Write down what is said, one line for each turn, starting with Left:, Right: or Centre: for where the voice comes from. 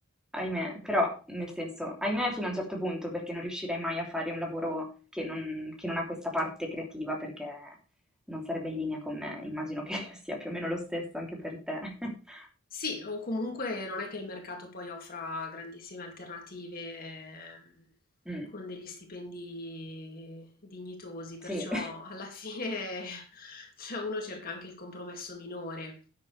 Centre: ahimè, però nel senso, ahimè fino a un certo punto perché non riuscirei mai a fare un lavoro che non, che non ha questa parte creativa perché non sarebbe in linea con me, immagino che <laughs> sia più o meno lo stesso anche per te. <laughs>
Left: Sì, o comunque non è che il mercato poi offra grandissime alternative ehm,
Centre: Mm,
Left: con degli stipendi dignitosi, perciò
Centre: sì, <laughs>
Left: alla fine <laughs> cioè, uno cerca anche il compromesso minore.